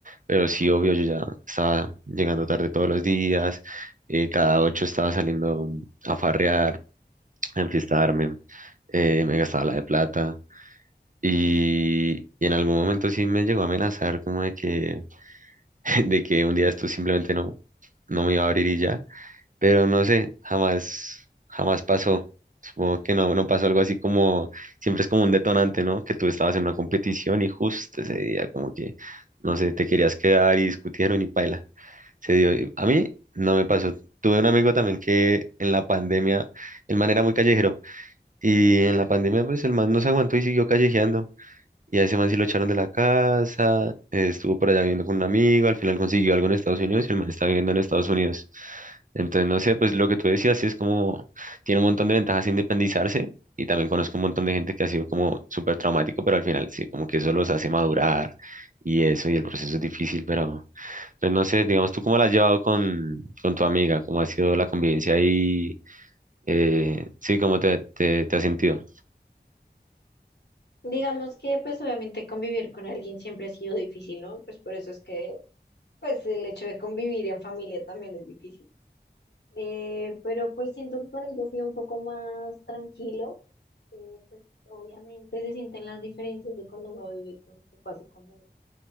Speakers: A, on the right; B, on the left.
A: pero sí, obvio, yo ya estaba llegando tarde todos los días, eh, cada ocho estaba saliendo a farrear a enfiestarme, eh, me gastaba la de plata y, y en algún momento sí me llegó a amenazar como de que, <laughs> de que un día esto simplemente no, no me iba a abrir y ya, pero no sé, jamás, jamás pasó. Supongo que no, no pasó algo así como, siempre es como un detonante, ¿no? Que tú estabas en una competición y justo ese día como que, no sé, te querías quedar y discutieron y paila. Se dio. y A mí no me pasó. Tuve un amigo también que en la pandemia, el man era muy callejero y en la pandemia, pues el man no se aguantó y siguió callejeando. Y a ese man sí lo echaron de la casa, eh, estuvo por allá viviendo con un amigo, al final consiguió algo en Estados Unidos y el man está viviendo en Estados Unidos. Entonces, no sé, pues lo que tú decías, sí es como, tiene un montón de ventajas independizarse y también conozco un montón de gente que ha sido como súper traumático, pero al final sí, como que eso los hace madurar y eso, y el proceso es difícil, pero pues no sé, digamos, ¿tú cómo la has llevado con, con tu amiga? ¿Cómo ha sido la convivencia ahí? Eh, sí, ¿cómo te, te, te has sentido?
B: Digamos que pues obviamente convivir con alguien siempre ha sido difícil, ¿no? Pues por eso es que pues el hecho de convivir en familia también es difícil. Eh, pero pues siento que con ellos ha un poco más tranquilo. eh, pues obviamente se sienten las diferencias de cuando uno vive con sus papás y cuando no.